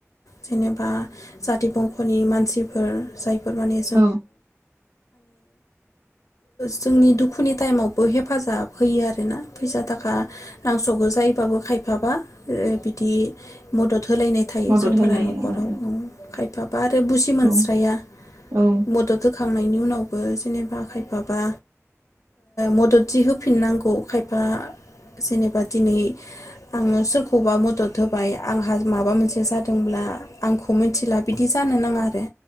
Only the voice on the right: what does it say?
औ
मदद
होलायो
औ
औ औ